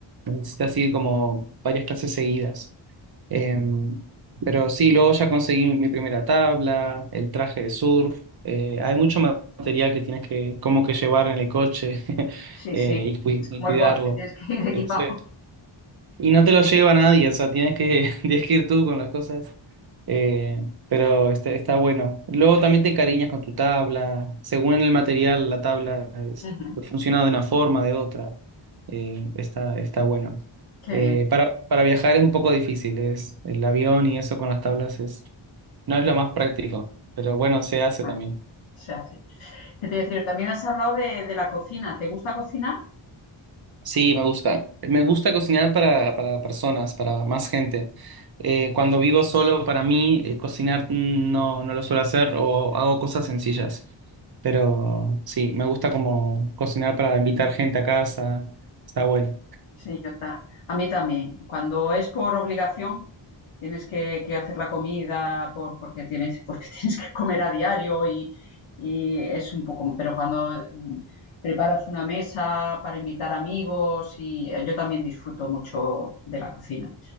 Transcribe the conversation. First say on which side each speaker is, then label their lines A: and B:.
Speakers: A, on the right; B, on the left.
A: necesitas ir como varias clases seguidas. Em, pero sí, luego ya conseguí mi primera tabla, el traje de surf. eh, hay mucho ma- material que tienes que como que llevar en el coche <laughs>
B: sí,
A: eh,
B: sí.
A: y, cui-
B: Es como
A: y cuidarlo.
B: el golf, que tienes que ir <laughs> equipado.
A: Eh, sí. Y no te lo lleva nadie, o sea, tienes que, <laughs> tienes que ir tú con las cosas. Eh, pero está, está bueno. Luego también te encariñas con tu tabla. Según el material, la tabla es-
B: Ujú,
A: funciona de una forma, de otra. Eh, está, está bueno.
B: Qué
A: Eh,
B: bien.
A: para, para viajar es un poco difícil, es el avión y eso con las tablas es, no es lo más práctico, pero bueno, se hace
B: Bueno,
A: también.
B: se hace. ¿Qué te iba a decir? También has hablado de, de la cocina. ¿Te gusta cocinar?
A: Sí, me gusta. Me gusta
B: Ah,
A: cocinar para, para personas, para más gente. Eh, cuando vivo solo, para mí, eh, cocinar mm, no, no lo suelo hacer o hago cosas sencillas. Pero sí, me gusta como cocinar para invitar gente a casa. Está bueno.
B: Sí, yo ta- a mí también. Cuando es por obligación, tienes que, que hacer la comida por, porque, tienes, porque <laughs> tienes que comer a diario y, y es un poco, pero cuando mm, preparas una mesa para invitar amigos y eh, yo también disfruto mucho de la cocina.